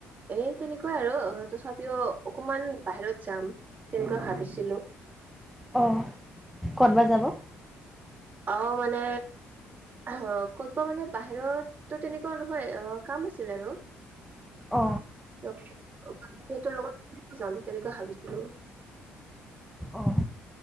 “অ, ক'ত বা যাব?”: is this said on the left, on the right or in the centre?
Centre